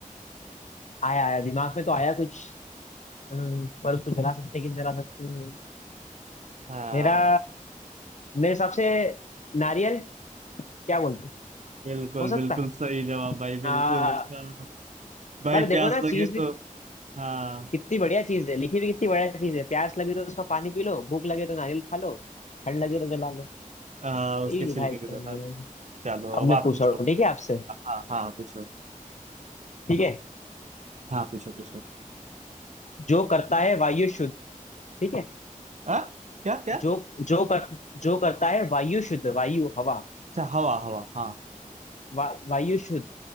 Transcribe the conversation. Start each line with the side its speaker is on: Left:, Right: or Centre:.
Left: आया आया दिमाग में तो आया कुछ अम्म, पर उसको जला सकते हैं कि नहीं जला सकते हैं
Right: हाँ
Left: मेरा मेरे हिसाब से नारियल क्या बोलते हो
Right: बिल्कुल
Left: हो सकता
Right: बिल्कुल
Left: है
Right: सही जवाब भाई बिल्कुल
Left: आ,
Right: उसका भाई
Left: पर देखो
Right: प्यास
Left: ना चीज
Right: लगे तो
Left: भी
Right: हाँ
Left: कितनी बढ़िया चीज है लिखी भी कितनी बढ़िया चीज है प्यास लगे तो उसका पानी पी लो भूख लगे तो नारियल खा लो ठंड लगे तो जला लो
Right: आ, उसके
Left: यही
Right: छिलके
Left: लिखा है एकदम।
Right: को जला लो चलो
Left: अब
Right: अब
Left: मैं
Right: आप
Left: पूछ
Right: पूछो
Left: रहा हूँ ठीक है आपसे
Right: हाँ हाँ पूछो
Left: ठीक है
Right: हाँ पूछो पूछो
Left: जो करता है वायु शुद्ध ठीक है
Right: हाँ क्या क्या
Left: जो जो कर जो करता है वायु शुद्ध वायु हवा
Right: अच्छा हवा हवा हाँ
Left: वा, वायु शुद्ध